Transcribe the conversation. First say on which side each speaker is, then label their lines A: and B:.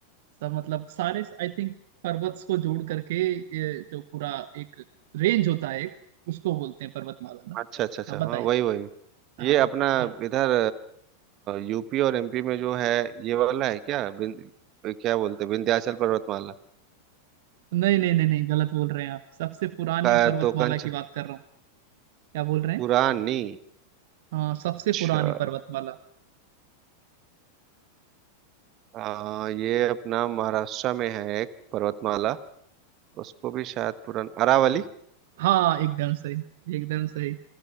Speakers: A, on the right; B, on the right.
A: सब मतलब सारे आई थिंक पर्वत को जोड़ करके ये जो पूरा एक रेंज होता है एक उसको बोलते हैं पर्वतमाला ना
B: अच्छा अच्छा अच्छा
A: हाँ बताइए
B: हाँ वही वही
A: हाँ
B: ये अपना
A: हाँ
B: इधर यूपी और एमपी में जो है ये वाला है क्या विन- क्या बोलते हैं विंध्याचल पर्वतमाला
A: नहीं नहीं नहीं नहीं गलत बोल रहे हैं आप सबसे पुरानी
B: का
A: पर्वतमाला
B: तो कंच
A: की बात कर रहा हूँ क्या बोल रहे हैं
B: पुरानी
A: हाँ सबसे
B: अच्छा
A: पुरानी पर्वतमाला
B: आ, ये अपना महाराष्ट्र में है एक पर्वतमाला उसको भी शायद पुरन अरावली
A: हाँ एकदम सही एकदम सही